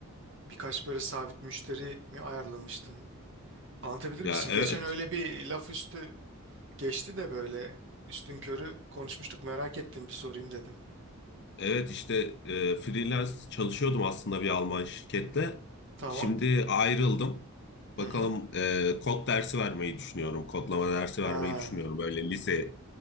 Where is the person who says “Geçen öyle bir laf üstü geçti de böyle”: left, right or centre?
Right